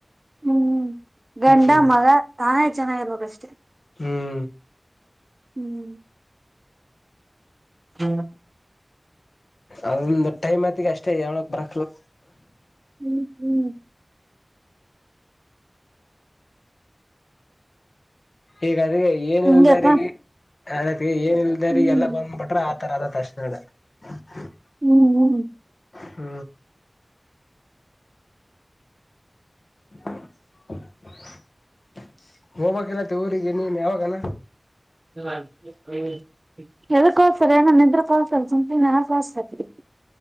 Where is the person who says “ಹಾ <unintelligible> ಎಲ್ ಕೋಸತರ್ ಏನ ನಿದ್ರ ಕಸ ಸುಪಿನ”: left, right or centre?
Right